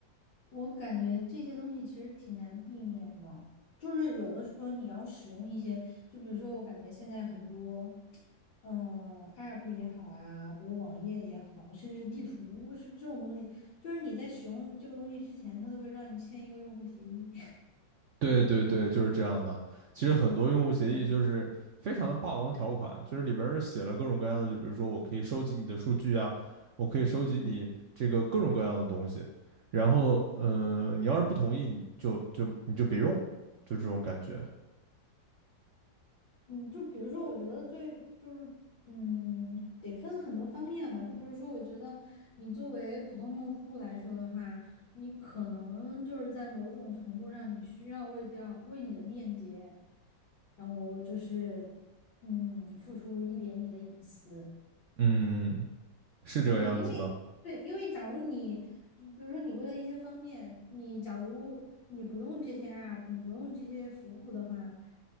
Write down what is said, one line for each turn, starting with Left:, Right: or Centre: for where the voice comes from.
Left: 我感觉这些东西其实挺难避免的，就是有的时候你要使用一些，就比如说我感觉现在很多，嗯，App 也好呀、比如网页也好，甚至地图是这种东西，就是你在使用这个东西之前，它都会让你签一个用户协议。
Right: 对对对，就是这样的。其实很多用户协议就是非常的霸王条款，
Left: <laughs> 对，
Right: 就是里边儿写了各种各样的，就比如说我可以收集你的数据啊，我可以收集你这个各种各样的东西。
Left: 嗯。
Right: 然后，呃，你要是不同意，你就就你就别用，就这种感觉。
Left: 嗯，就比如说，我觉得最就是，嗯，得分很多方面吧。就比如说，我觉得你作为普通用户来说的话，你可能就是在某种程度上，你需要为掉为你的便捷，然后就是，嗯，付出一点你的隐私。
Right: 嗯，是这个样子的。
Left: 对，因为对，因为假如你，就比如说你为了一些方便，你假如你不用这些 app，你不用这些服务的话，